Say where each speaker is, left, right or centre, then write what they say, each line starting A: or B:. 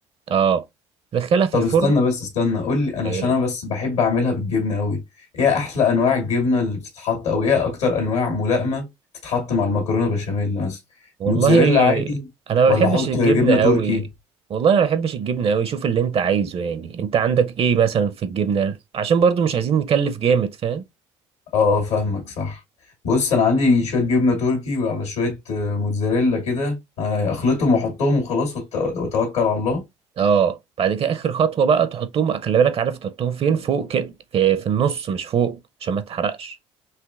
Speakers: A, on the right (about 40°); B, on the left (about 80°).
A: اه تدخلها في
B: طب
A: الفرن
B: استنى بس استنى قول لي انا
A: آه،
B: عشان انا بس بحب اعملها بالجبنة قوي ايه احلى انواع الجبنة اللي بتتحط او ايه اكتر انواع ملائمة تتحط مع المكرونة بشاميل مثلا
A: والله
B: موتزاريلا عادي
A: انا ما
B: ولا
A: بحبش
B: احط
A: الجبنه
B: جبنة
A: قوي
B: تركي
A: والله انا ما بحبش الجبنه قوي شوف اللي انت عايزه يعني انت عندك ايه مثلا في الجبنه عشان برضو مش عايزين نكلف جامد فاهم
B: اه فاهمك صح بص انا عندي شوية جبنة تركي وعلى شوية آه، موتزاريلا كده آه، اخلطهم واحطهم وخلاص وأت- واتوكل على الله
A: اه بعد كده اخر خطوه بقى تحطهم خلي بالك عارف تحطهم فين فوق كده في, في النص مش فوق عشان ما تحرقش